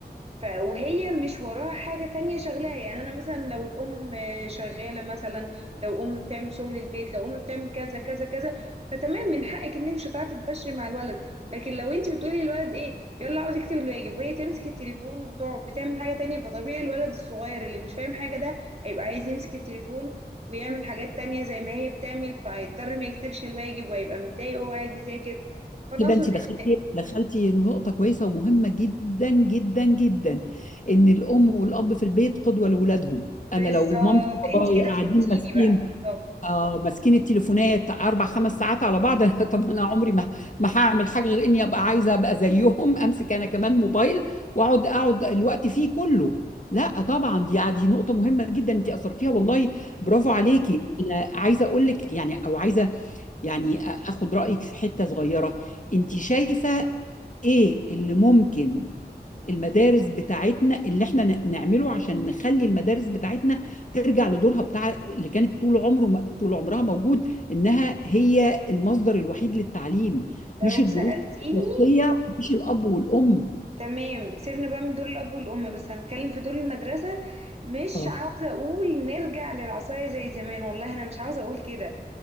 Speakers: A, on the right; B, on the left.
A: ف وهي مش وراها حاجة تانية شغلاها يعني أنا مثلا لو الأم شغالة مثلا لو أم بتعمل شغل البيت لو أم بتعمل كذا كذا كذا فتمام من حقك إن أنت مش هتعرفي تبشري مع الولد لكن لو أنت بتقولي للولد إيه يلا عاوز يكتب الواجب وهي تمسك التليفون وتقعد بتعمل حاجة تانية فطبيعي الولد الصغير اللي مش فاهم حاجة ده هيبقى عايز يمسك التليفون ويعمل حاجات تانية زي ما هي بتعمل فهيضطر ما يكتبش الواجب وهيبقى متضايق وهو قاعد يذاكر فأنا
B: كده
A: أقصد
B: انت
A: إن-
B: دخلتي دخلتي نقطة كويسة ومهمة جدا جدا جدا ان الام والاب في البيت قدوة لاولادهم
A: بالظبط
B: انا لو مامتي وبابايا
A: أنت كده
B: قاعدين
A: فهمتيني
B: ماسكين
A: بقى بالظبط
B: اه ماسكين التليفونات اربع خمس ساعات على بعض <laughs> أنا طب انا عمري ما ما هعمل حاجه غير اني ابقى عايزه ابقى زيهم امسك انا كمان موبايل واقعد اقعد الوقت فيه كله لا طبعا دي دي نقطه مهمه جدا انت اثرتيها والله برافو
A: بالظبط
B: عليكي انا عايزه اقول لك يعني او عايزه يعني أ- اخد رايك في حته صغيره انت شايفه ايه اللي ممكن المدارس بتاعتنا اللي احنا ن- نعمله عشان نخلي المدارس بتاعتنا ترجع لدورها بتاع اللي كانت طول عمره طول عمرها موجود انها هي المصدر الوحيد للتعليم مش
A: لو
B: الدروس
A: سألتيني
B: الوصية مش الاب والام
A: تمام سيبنا بقى من دور الأب والأم بس هنتكلم في دور المدرسة مش
B: اه
A: عاوزة أقول نرجع للعصاية زي زمان والله أنا مش عاوزة أقول كده